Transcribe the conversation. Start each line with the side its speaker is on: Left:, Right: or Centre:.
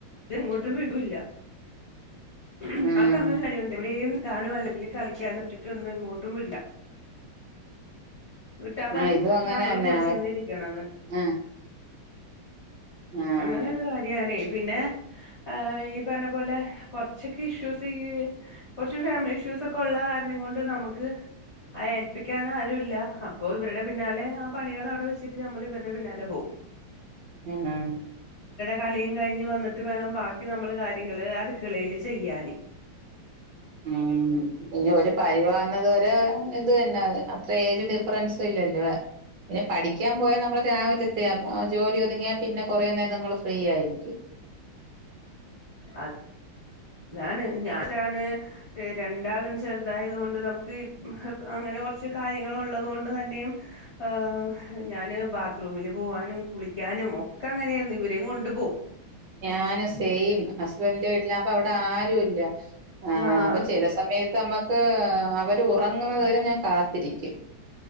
Left: ഇതെങ്ങോട്ടുംവിട്യുല്ല അത്
Right: ഉം
Left: ആൾക്കങ്ങനൊരു കാര്‌യോണ്ട് ഇവിടേന് <unintelligible> ല്ലെങ്കില്, കളിയ്കാന് ഒറ്റയ്ക്ക് ന്നും എങ്ങോട്ടും വിട്ല. വിട്ടാപറിം,
Right: ആഹ് ഇതും
Left: ഹം,
Right: അങ്ങനെ
Left: നമ്മള്കൂടെ
Right: തന്നെ
Left: ചെന്നിരിക്കണംന്ന്.
Right: ആഹ് ആഹ്
Left: അങ്ങനൊരു കാര്യാണേ. പിന്നെ, ആ ഈ പറഞ്ഞപോലെ, കൊറച്ചൊക്കെ ഇഷ്യൂസ്, ഈ കൊറച്ച് ഫാമ്ലിഷ്യൂ <inaudible> <unintelligible> സൊക്കൊ ഉള്ള കാരണം കൊണ്ട് നമ്ക്ക്, അത് ഏൽപ്പിക്കാനാരൂല്ല. അപ്പോ ഇവര്ടെ പിന്നാലെ, ആ പണികളവ്ടെ വെച്ചിട്ട് നമ്മൾ ഇവരെ പിന്നാലെ പോകും.
Right: ഹ് ആ
Left: കളിയും കഴിഞ്ഞ് വന്ന്ട്ട് വേണം, ബാക്കി നമ്മള് കാര്യങ്ങള് അടുക്കളേല് ചെയ്യാാന്.
Right: ഉം. ഇഞ്ഞ് ഒര്പരിവാവ്ന്നത് വരെ <inaudible> ഇത് എന്നാ? അത്ര ഏജ് ഡിഫ്റൻസ് ഇല്ലല്ലോ? പിന്നെ പഠിക്കാൻ പോയ നമ്മള് രാവില് <inaudible> <unintelligible> ജോലി ഒത്ങ്ങ്യാ പിന്നെ, കൊറേ നേരം നമ്മള് ഫ്രിയായിരിക്കും.
Left: അ <inaudible> താണ്, <unintelligible> ഇ രണ്ടാളും ചെറ്തായത് കൊണ്ട്, നമക്ക് ഇപ് ഹ് അങ്ങനെ കൊറച്ച് കാര്യങ്ങൾ ഇള്ളത് കൊണ്ട് തന്നെയും, ആ ഞാന് ബാത്റൂമില് പൂവാനും, കുളിയ്ക്കാനും ഒക്കെങ്ങനെ യേർന്നു. ഇരിംകൊണ്ട് പോവും.
Right: ഞാന് സൈം. ഹസ്ബൻന്റെ വീട്ലാവുമ്പൊ അവ്ടെ ആരൂല്ല. ആ.
Left: ആഹ്
Right: അപ്പൊ ചില സമയത്ത് അമ്മ <inaudible> ഇഹ്‌, അവരുറങ്ങ്ന്നത്‌ വരെ ഞാൻ കാത്തിരിക്കും.